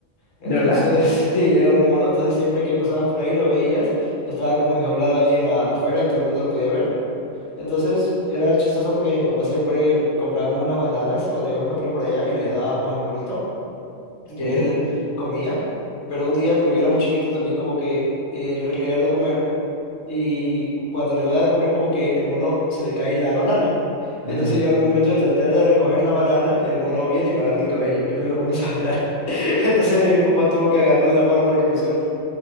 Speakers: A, on the left; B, on the left.
A: Entonces,
B: ¿De verdad?
A: <laughs> sí, era un mono, entonces siempre que pasabas por ahí lo veías, estaba como enjaulado ahí en la afuera y todo el mundo lo podía ver. Entonces, era chistoso porque mi papá siempre comprábamos unas bananas cuando íbamos camino por allá y les dábamos al monito y
B: Oh,
A: él comía. Pero un día, como yo era muy chiquito, también como que eh, yo le quería dar de comer y cuando le voy a dar de comer como que el mono se le cae la banana.
B: ajá.
A: Entonces yo al momento de tratar de recoger la banana, el mono viene y me agarra el cabello y me lo comienza a jalar. <laughs> Entonces mi papá tuvo que agarrarle la mano para que me suelte.